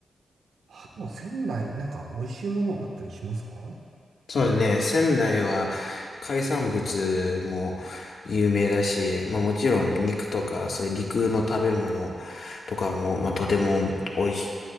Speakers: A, on the right; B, on the left.
A: あとは仙台、なんか美味しいものあったりしますか
B: そうですね。仙台は海産物も有名だし、まあもちろん肉とかそういう陸の食べ物とかも、まあとても美味しい、